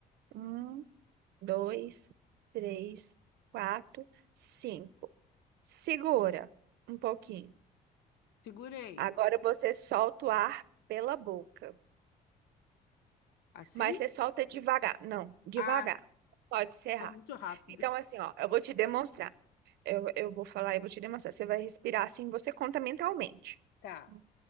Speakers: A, on the right; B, on the left.
A: Um, dois, três, quatro, cinco. Segura um pouquinho.
B: segurei.
A: Agora você solta o ar pela boca,
B: Assim?
A: mas você solta devagar. Não, devagar.
B: Ah,
A: Pode ser
B: foi
A: rápido.
B: muito rápido.
A: Então, assim, ó, eu vou te demonstrar. Eu, eu vou falar e vou te demonstrar. Você vai respirar assim, você conta mentalmente.
B: Tá,
A: Um,